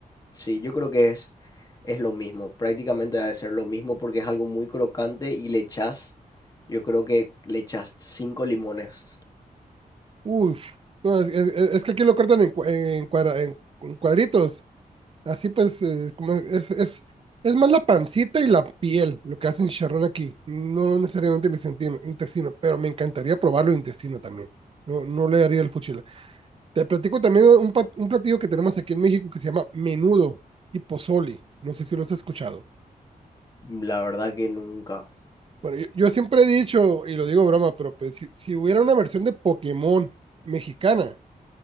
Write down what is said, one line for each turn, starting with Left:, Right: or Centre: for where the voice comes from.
Left: Sí, yo creo que es, es lo mismo, prácticamente debe ser lo mismo porque es algo muy crocante y le echas, yo creo que le echas cinco limones.
Right: uff. No, es, es- es es que aquí lo cortan en, cua- en cuadra- en- en cuadritos. Así pues, eh, como es, es, es más la pancita y la piel lo que hacen chicharrón aquí. No necesariamente el intestino, intestino, pero me encantaría probarlo intestino también. No, no le daría el fuchila. Te platico también un, pat- un platillo que tenemos aquí en México que se llama menudo y pozole. No sé si lo has escuchado.
Left: La verdad que nunca.
Right: Bueno, yo, yo siempre he dicho, y lo digo broma, pero pues, si, si hubiera una versión de Pokémon mexicana,